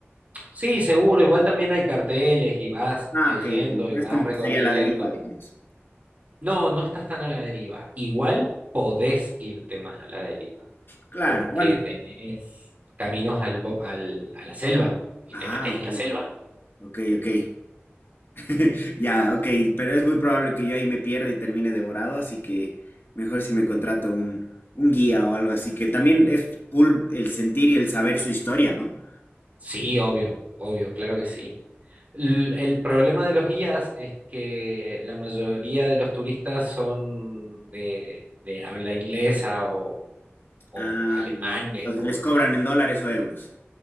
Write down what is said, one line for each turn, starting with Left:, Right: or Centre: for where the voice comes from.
Right: sí, seguro, igual también hay carteles y vas
Left: Ah,
Right: leyendo
Left: ok, ok.
Right: y
Left: No
Right: vas
Left: es como
Right: recorriendo.
Left: que sería la deriva, digamos.
Right: No, no estás tan a la deriva. Igual podés irte más a la deriva,
Left: Claro,
Right: porque
Left: bueno.
Right: tenés caminos al, bo- al- a la selva y
Left: Ah,
Right: te metes
Left: ok,
Right: en la selva.
Left: ok, ok. <laughs> Ya, ok, pero es muy probable que yo ahí me pierda y termine devorado, así que mejor si me contrato un, un guía o algo así, que también es cool el sentir y el saber su historia, ¿no?
Right: Sí, obvio, obvio, claro que sí. L- el problema de los guías es que la mayoría de los turistas son de, de habla inglesa o, o
Left: Ah,
Right: alemanes,
Left: ya. Entonces
Right: o
Left: les cobran en dólares o euros.